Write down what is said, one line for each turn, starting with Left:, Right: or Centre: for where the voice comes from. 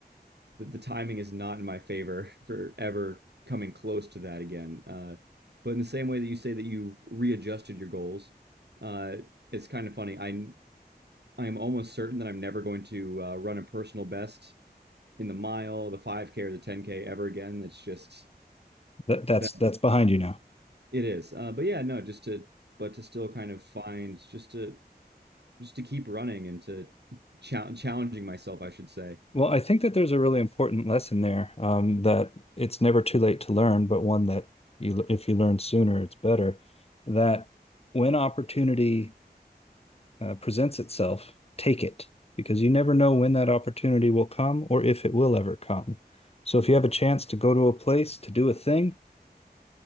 Right: the, the timing is not in my favor <laughs> for ever coming close to that again. Uh, but in the same way that you say that you've readjusted your goals, uh, it's kind of funny. I I am almost certain that I'm never going to uh, run a personal best in the mile, the 5K or the 10K ever again. It's just
Left: That, that's
Right: that
Left: that's behind you now.
Right: it is. Uh, but yeah, no, just to but to still kind of find just to just to keep running and to <laughs> chal- challenging myself, I should say.
Left: Well, I think that there's a really important lesson there, um, that it's never too late to learn, but one that you, if you learn sooner, it's better. That when opportunity uh, presents itself, take it because you never know when that opportunity will come or if it will ever come. So if you have a chance to go to a place to do a thing,